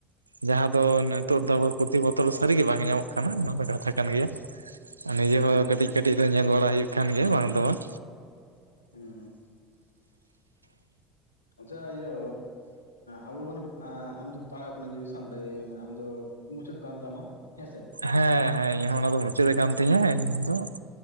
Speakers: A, on the right; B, on the left.
A: ᱡᱟᱦᱟᱸ ᱫᱚ ᱱᱤᱛᱚᱜ ᱫᱚ ᱟᱵᱚ ᱯᱩᱛᱷᱤ ᱵᱚᱛᱚᱞ ᱥᱟᱹᱨᱤᱜᱮ ᱵᱟᱝ ᱧᱟᱢᱚᱜ ᱠᱟᱱᱟ ᱚᱱᱟ ᱫᱚ ᱠᱟᱛᱷᱟ ᱠᱟᱱ ᱜᱤᱭᱟ ᱱᱤᱡᱮ
B: ᱦᱩᱸ ᱦᱮᱸ
A: ᱦᱚᱸ ᱠᱟᱹᱴᱤᱡ ᱠᱟᱹᱴᱤᱡ ᱫᱚ ᱧᱮᱞ ᱵᱟᱲᱟ ᱦᱳᱭᱳᱜ ᱠᱟᱱ ᱜᱮᱭᱟ ᱵᱟᱝ ᱫᱚ ᱵᱟᱝ
B: ᱦᱩᱸ ᱟᱪᱪᱷᱟ ᱤᱭᱟᱹ ᱟᱵᱚ ᱵᱚᱱ ᱟᱢ ᱯᱟᱲᱦᱟᱜ ᱠᱟᱱᱟ ᱡᱩᱫᱤ ᱥᱟᱱᱛᱟᱲᱤ ᱟᱢ ᱫᱚ ᱢᱩᱪᱟᱹᱫ ᱠᱟᱱ ᱛᱟᱢᱟ ᱦᱮᱸᱥᱮ
A: ᱦᱮᱸ ᱦᱮᱸ ᱤᱧᱟᱜ ᱦᱚ ᱚᱱᱟ ᱫᱚ ᱢᱩᱪᱟᱹᱫ ᱠᱟᱱ ᱛᱤᱧᱟᱹ ᱤᱧ ᱫᱚ